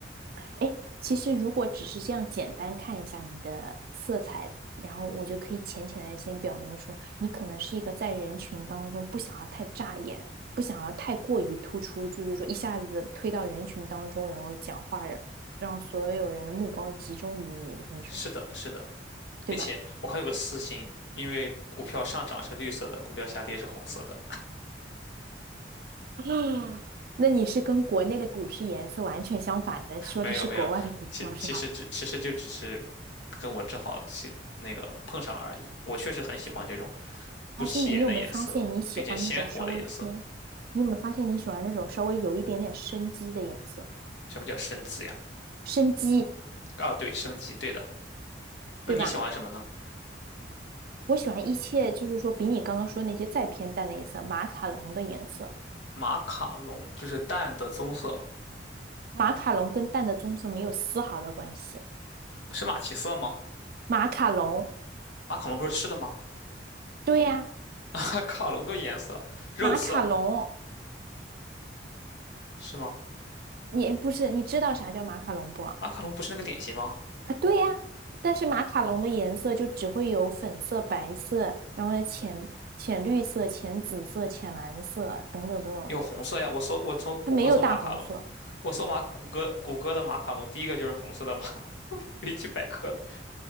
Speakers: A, on the right; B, on the left.
A: 哎，其实如果只是这样简单看一下你的色彩，然后我就可以浅浅的先表明说，你可能是一个在人群当中不想要太扎眼，不想要太过于突出，就是说一下子推到人群当中，然后讲话，让所有人的目光集中于你的那种人，
B: 是的，是的，
A: 对吧？
B: 并且我还有个私心，因为股票上涨是绿色的，股票下跌是红色的，
A: 啊，<gasps> 那你是跟国内的股市颜色完全相反的，说的是国外的股票是吗？
B: 没有没有，其其实只其实就只是跟我正好是那个碰上了而已。我确实很喜欢这种不起眼的颜色，
A: 而且你有没有发现你喜欢那种稍微偏，
B: 并且鲜活的颜色。
A: 你有没有发现你喜欢那种稍微有一点点生机的颜色，
B: 什么叫深紫呀？
A: 生机，
B: 哦，对，升级，对的。那你喜欢什么呢？
A: 对吧？我喜欢一切就是说比你刚刚说那些再偏淡的颜色，马卡龙的颜色，
B: 马卡龙就是淡的棕色，
A: 马卡龙跟淡的棕色没有丝毫的关系。
B: 是马其色吗？
A: 马卡龙，
B: 马卡龙不是吃的吗？
A: 对呀，
B: <laughs> 马卡龙的颜色，肉色
A: 马卡龙，
B: 是吗？
A: 你不是你知道啥叫马卡龙不？
B: 马卡龙不是那个点心吗？
A: 啊，对呀，但是马卡龙的颜色就只会有粉色、白色，然后呢浅浅绿色、浅紫色、浅蓝色等等等等，
B: 有红色呀，我搜我从谷歌搜马卡龙，
A: 它没有大红色
B: 我搜马谷歌谷歌的马卡龙，第一个就是红色的马卡龙，<laughs> 维基百科的。